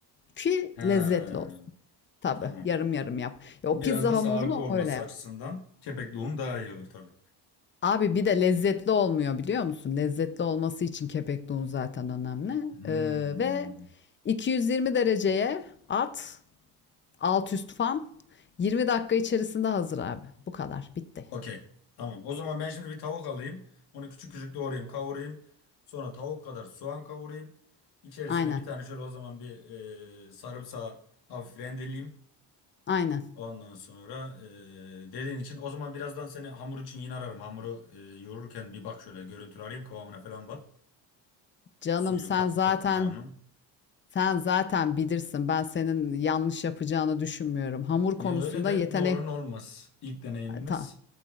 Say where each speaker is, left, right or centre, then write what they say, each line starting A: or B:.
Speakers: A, on the left; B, on the left.
A: ki
B: Ha,
A: lezzetli olsun. Tabii
B: tamam.
A: yarım yarım yap. Ya o
B: Biraz
A: pizza
B: da
A: hamurunu
B: sağlıklı olması
A: öyle yap.
B: açısından kepekli un daha iyi olur tabii.
A: Abi bir de lezzetli olmuyor biliyor musun? Lezzetli olması için kepekli un zaten önemli.
B: Hmm.
A: Ee, ve 220 dereceye at, alt üst fan. 20 dakika içerisinde hazır abi. Bu kadar. Bitti.
B: Okey. Tamam. O zaman ben şimdi bir tavuk alayım. Onu küçük küçük doğrayayım, kavurayım. Sonra tavuk kadar soğan kavurayım. İçerisine
A: Aynen.
B: bir tane şöyle o zaman bir e, sarımsağı hafif rendeleyeyim.
A: Aynen.
B: Ondan sonra e, dediğin için o zaman birazdan seni hamur için yine ararım. Hamuru e, yoğururken bir bak şöyle görüntülü arayayım kıvamına falan bak.
A: Canım
B: Suyu
A: sen
B: katıp
A: zaten
B: katmayacağımı.
A: sen zaten bilirsin. Ben senin yanlış yapacağını düşünmüyorum. Hamur
B: Ya
A: konusunda
B: öyle de
A: yetenek
B: ne olur ne olmaz. İlk deneyimimiz
A: Ta-